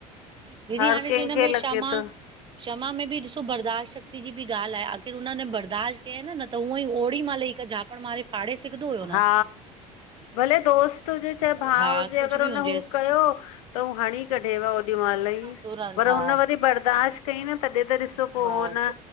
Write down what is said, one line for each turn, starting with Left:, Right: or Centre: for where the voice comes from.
Right: दीदी
Left: हर
Right: हाणे
Left: कंहिंखे
Right: सुईंद हिनमे
Left: लॻे
Right: क्षमा।
Left: थो
Right: क्षमा में ॿि ॾिसो बरदाश्त शक्ति ॼी ॿि ॻाल आये आख़िर हुनन बरदाश्त कियन न। त हुअं ई ओड़ी महिल ई हिक झापण मारे फाड़े सघंदो होयो
Left: हा
Right: न।
Left: भले दोस्त हुजे चाये भा
Right: हा
Left: हुजे
Right: कुझु
Left: अगर
Right: बि
Left: हुन
Right: हुजेसि
Left: हू कयो। त हू हणी कढेव ओॾी मल ई
Right: तुरंत
Left: पर
Right: हा
Left: हुन वरी बर्दाश्त कईं न तॾि त त पो
Right: बस
Left: न